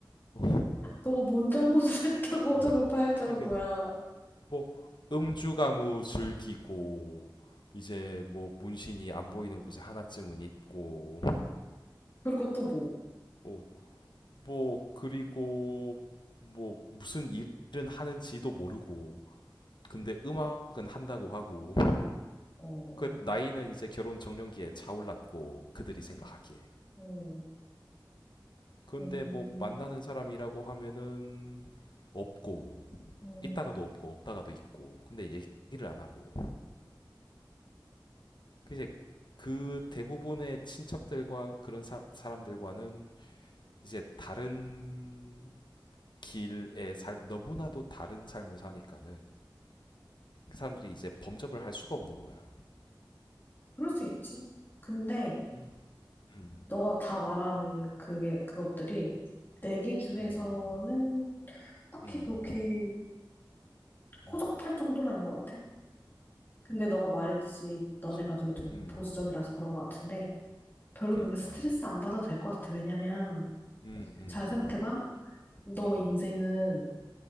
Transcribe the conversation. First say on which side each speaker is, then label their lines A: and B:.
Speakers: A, on the left; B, on the left.
A: 어. 어,
B: 너가 뭔 잘못을 <laughs> 했다고
A: 어.
B: 호적을 파일 정도야.
A: 이게 뭐 음주가무 즐기고 이제 뭐 문신이 안 보이는 곳에 하나쯤은 있고
B: 그리고 또 뭐?
A: 어, 뭐 그리고 뭐 무슨 일은 하는지도 모르고 근데 음악은 한다고 하고
B: 어,
A: 그 나이는 이제 결혼 적령기에 차올랐고 그들이 생각하기에
B: 음,
A: 근데
B: 음,
A: 뭐 만나는 사람이라고 하면은 없고
B: 음,
A: 있다가도 없고 없다가도 있고 근데 얘기를 안 하고 그 이제 그 대부분의 친척들과 그런 사, 사람들과는 이제 다른 길의 삶 너무나도 다른 삶을 사니까는 그 사람들이 이제 범접을 할 수가 없는 거야.
B: 그럴 수 있지. 근데,
A: 음, 음,
B: 너가 다 말한 그게, 그것들이 내 기준에서는
A: 음,
B: 딱히
A: 음,
B: 그렇게
A: 음,
B: 호적팔 정도는 아닌 것 같아. 근데 너가 말했듯이
A: 그치.
B: 너네 가족이 좀
A: 음,
B: 보수적이라서 그런 것 같은데 별로
A: 그니까.
B: 그렇게 스트레스 안
A: 음.
B: 받아도 될 것 같아. 왜냐면
A: 음, 음,
B: 잘 생각해봐. 너
A: 음,
B: 인생은